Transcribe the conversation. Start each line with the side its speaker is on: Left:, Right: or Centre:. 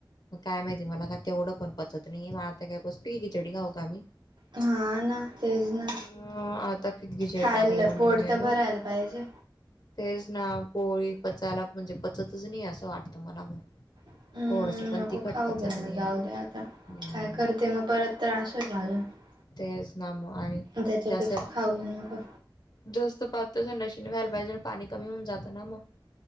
Left: मग काय माहितीय मला का तेवढं पण पचत नाहीे मग आता का रोज पिके किचडी खाऊ का म्ी.
Right: हा ना तेच ना
Left: अम् आता फिगी ज
Right: खायला
Left: टाकली मम्मीने
Right: पोट तर भरायला
Left: मग.
Right: पाहिजे
Left: तेच ना पोळी. पचायला म्हणजे पचतच नाही असं वाटत मला म.
Right: हम्म
Left: थोडस पण
Right: नको
Left: ती खटपटात
Right: खाऊ बे
Left: नाही
Right: मग जाऊ
Left: आहे
Right: दे आता
Left: हम्.
Right: काय करते मग परत त्रास होईल अजून
Left: तेच नामु आणि
Right: त्याच्यापेक्षा
Left: जास्त
Right: खाऊ नका.
Left: जास्त पाहत संडाशीने व्हायला पाहिज पाणी कमी होऊन जातं ना मग.